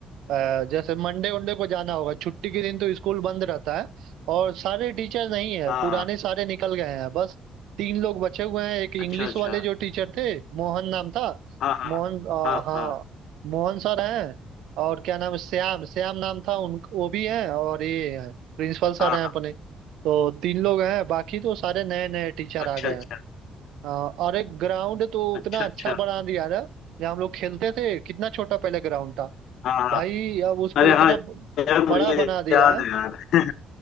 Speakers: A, on the right (about 85°); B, on the left (about 75°).
A: अ, जैसे मंडे वंडे को जाना होगा छुट्टी के दिन तो स्कूल बंद रहता है और सारे टीचर नहीं है
B: हाँ
A: पुराने
B: हाँ
A: सारे निकल गए हैं बस तीन लोग बचे हुए हैं एक इंग्लिश
B: अच्छा अच्छा
A: वाले जो टीचर थे मोहन नाम था
B: हाँ हाँ
A: मोहन अ,
B: हाँ
A: हाँ
B: हाँ
A: मोहन सर हैं और क्या नाम है श्याम श्याम नाम था उन वो भी हैं और ये हैं प्रिंसिपल सर
B: हाँ
A: हैं अपने
B: हाँ
A: तो तीन लोग हैं बाकी तो सारे नए नए टीचर
B: अच्छा
A: आ गए
B: अच्छा
A: हैं हाँ और एक ग्राउंड तो उतना
B: अच्छा अच्छा
A: अच्छा बना दिया ना जहाँ हम लोग खेलते थे कितना छोटा पहले ग्राउंड था
B: हाँ हाँ
A: भाई अब उसको
B: अरे
A: इतना
B: हाँ
A: ब-
B: यार मुझे
A: बड़ा बना दिया
B: याद
A: है
B: है यार